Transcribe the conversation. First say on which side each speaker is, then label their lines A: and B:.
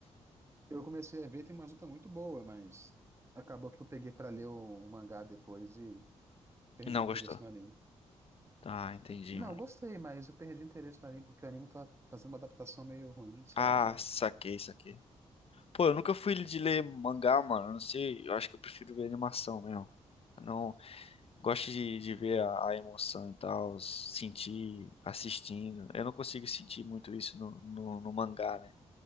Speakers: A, on the right (about 20°); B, on the left (about 45°).
A: Eu comecei a ver, tem uma luta muito boa, mas acabou que eu peguei pra ler o, o mangá depois e perdi
B: Não
A: o interesse
B: gostou.
A: no anime.
B: Ah, entendi,
A: Não,
B: mano.
A: eu gostei, mas eu perdi o interesse no anime porque o anime tá fazendo uma adaptação meio ruim, sabe?
B: Ah, saquei, saquei. Pô, eu nunca fui de ler mangá, mano. eu Não sei, eu acho que eu prefiro ver animação mesmo. Eu Não gosto de, de ver a, a emoção e tal, sentir assistindo. Eu não consigo sentir muito isso no, no, no mangá, né?